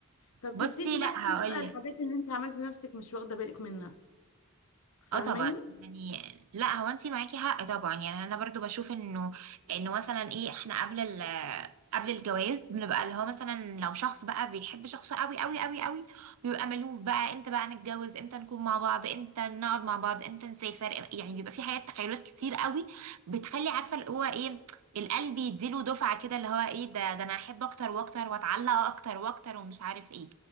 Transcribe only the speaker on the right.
بصي
لا
هقول
لك
اه طبعا يعني لا هو انت معاكي حق طبعا يعني انا برضو بشوف انه انه مثلا ايه احنا قبل ال قبل الجواز بنبقى اللي هو مثلا لو شخص بقى بيحب شخص قوي قوي قوي قوي بيبقى ملهوف بقى امتى بقى نتجوز امتى نكون مع بعض امتى نقعد مع بعض امتى نسافر يعني بيبقى في حاجات تخيلات كتير قوي بتخلي عارفه اللي هو ايه القلب يديله دفعه كده اللي هو ايه ده ده انا احب اكتر واكتر واتعلق اكتر واكتر ومش عارف ايه